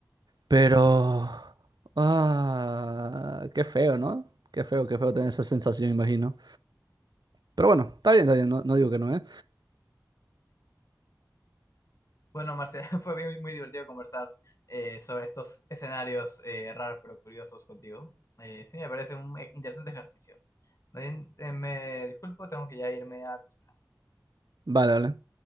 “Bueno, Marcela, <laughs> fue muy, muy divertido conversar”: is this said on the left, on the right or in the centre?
Left